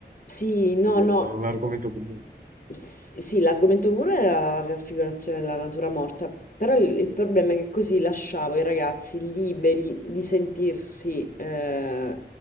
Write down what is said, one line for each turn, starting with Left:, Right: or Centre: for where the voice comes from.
Left: Sì, no,
Right: Come dire,
Left: no.
Right: da un argomento comune.
Left: S- Sì, l'argomento comune era la raffigurazione della natura morta, però il, il problema è che così lasciavo i ragazzi liberi di sentirsi eh,